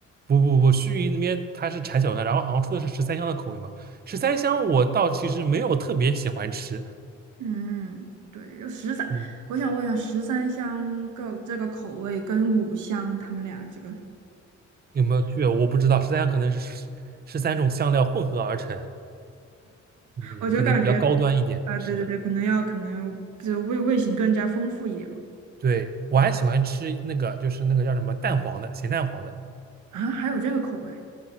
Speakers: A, on the right; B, on the right.
A: 不不不，盱眙那边它是产小龙虾，然后好像出的是十三香的口味嘛。十三香我倒其实没有特别喜欢吃，
B: 嗯，对，有十三，
A: 嗯，
B: 我想问一下，十三香个这个口味跟五香他们俩这个，
A: 有没有区别我不知道。十三香可能是十十三种香料混合而成，嗯，
B: 我就感嗯觉
A: 可能比较高端一点。
B: 啊、
A: 是的，
B: 对对对，可能要可能就味味型更加丰富一点嘛。
A: 对，我还喜欢吃那个，就是那个叫什么蛋黄的，咸蛋黄的。
B: 啊，还有这个口味？